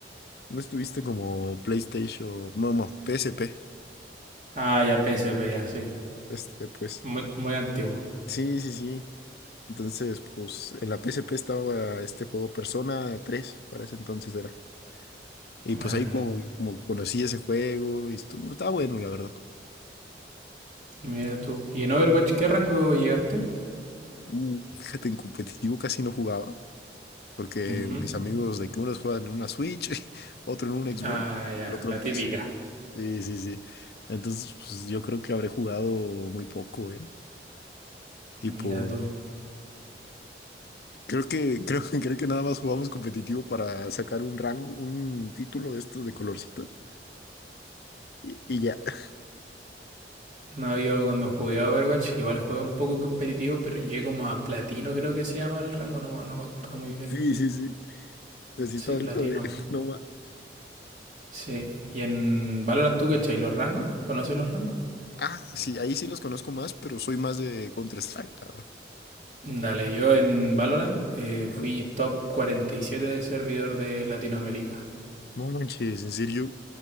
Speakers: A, on the left; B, on the right.
A: no estuviste como PlayStation, vamos, PSP.
B: Ah, ya PSP, ya, sí.
A: Este, pues,
B: Muy, muy antiguo.
A: sí, sí, sí. Entonces, pues, en la PSP estaba este juego Persona 3 para ese entonces era. Y
B: Ah,
A: pues ahí
B: ya.
A: como, como conocí ese juego y estuvo, estaba bueno, la verdad.
B: Mira tú. ¿Y en Overwatch qué rango llegaste?
A: Mm. Fíjate, en competitivo casi no jugaba, Porque
B: Ujú.
A: mis amigos de que unos juegan en una Switch, <laughs> otro en un Xbox
B: Ah,
A: y
B: ya.
A: el otro
B: La
A: en
B: típica.
A: PC. Sí, sí, sí. Entonces, pues yo creo que habré jugado muy poco, ¿eh? Tipo,
B: Mira tú.
A: creo que, creo, <laughs> que- creo que nada más jugamos competitivo para sacar un rango, un título de estos de colorcitos. Y, y ya. <laughs>
B: No, yo cuando jugué a Overwatch, igual jugué un poco competitivo, pero llegué como a platino, creo que se llama el rango. No, me- no me acuerdo muy bien.
A: Sí, sí, sí. Pues sí
B: Sí,
A: está alto,
B: platino.
A: ¿eh? <laughs> No más.
B: Sí. ¿Y en Valorant tú qué cachai los rangos? ¿Conoces los rangos?
A: Ah, sí, ahí sí los conozco más, pero soy más de Counter-Strike, la verdad.
B: Dale, yo en Valorant eh,
A: Ujú.
B: fui top 47 del servidor de Latinoamérica.
A: No manches, en serio.